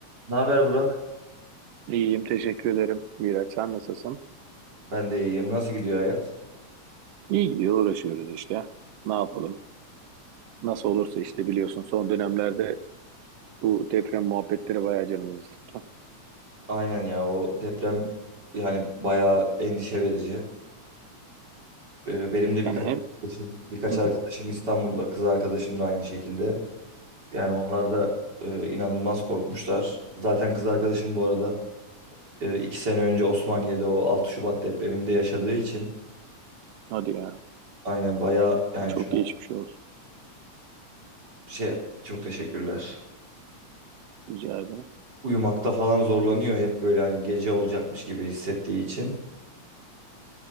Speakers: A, on the right (about 30°); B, on the right (about 70°).
A: Ne haber Burak?
B: İyiyim, teşekkür ederim Miraç. Sen nasılsın?
A: Ben de iyiyim. Nasıl gidiyor hayat?
B: İyi gidiyor, uğraşıyoruz işte. Ne yapalım? Nasıl olursa işte biliyorsun son dönemlerde bu deprem muhabbetleri bayağı canımızı sıktı.
A: Aynen ya o deprem yani bayağı endişe verici. Ee, benim de birkaç
B: Yani hem
A: arkadaşım, birkaç
B: Hı
A: arkadaşım
B: hı.
A: İstanbul'da, kız arkadaşım da aynı şekilde. Yani onlar da e, inanılmaz korkmuşlar. Zaten kız arkadaşım bu arada e, iki sene önce Osmaniye'de o 6 Şubat depreminde yaşadığı için
B: hadi ya
A: aynen bayağı yani
B: çok
A: şu
B: geçmiş
A: an
B: olsun
A: şey çok teşekkürler.
B: rica ederim.
A: Uyumakta falan zorlanıyor hep böyle hani gece olacakmış gibi hissettiği için.